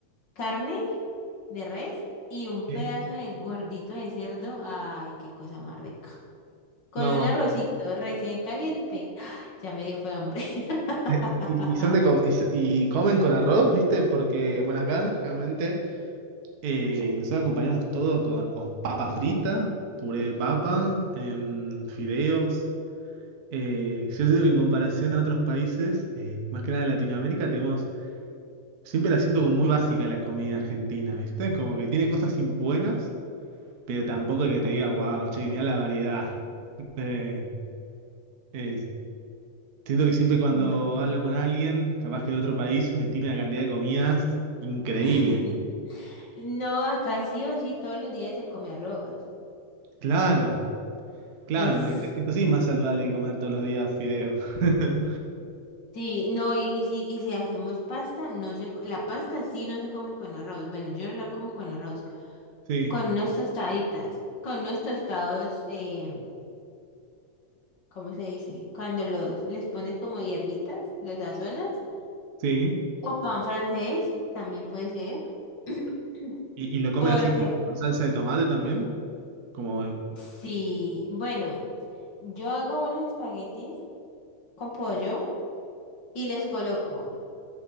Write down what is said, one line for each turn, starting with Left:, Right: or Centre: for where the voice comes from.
Left: carne de res y un
Right: Sí.
Left: pedazo de gordito de cerdo. Ay, qué cosa más rica. Con
Right: No.
Left: un arrocito recién caliente. <gasps> ¡Ah! Ya me dio fue hambre. <laughs>
Right: Eh, Y, y son de com- y, s- y comen con arroz, ¿viste? Porque, bueno, acá generalmente eh, nosotros acompañamos todo con o papa frita, puré de papa, em, fideos. Eh, yo siento que en comparación a otros países, eh, más que nada de Latinoamérica, tenemos, siempre la siento como muy básica la comida argentina, ¿viste? Como que tiene cosas in- buenas, pero tampoco que te diga, wow, che, mirá la variedad. <laughs> Eh, eh, Siento que siempre cuando
Left: Ma-
Right: hablo con alguien, capaz que de otro país, me tira una cantidad de comidas increíble.
Left: <laughs> No, acá sí o sí todos los días se come arroz.
Right: Claro, claro,
Left: Es,
Right: me- esto sí es más saludable que comer todos los días fideos. <laughs>
Left: sí, no, y, y si, y si hacemos pasta, no se, co- la pasta sí no se come con arroz. Bueno, yo no la como con arroz.
Right: Sí,
Left: Con unas tostaditas, con unos tostados, em, ¿cómo se dice? Cuando los, les pones como hierbitas, los sazonas.
Right: sí.
Left: O pan francés, también puede ser. <clears throat>
Right: ¿Y, y lo comen
Left: Porque
Right: así con, con salsa de tomate también? Como,
Left: Sí, bueno, yo hago unos espaguetis con pollo y les coloco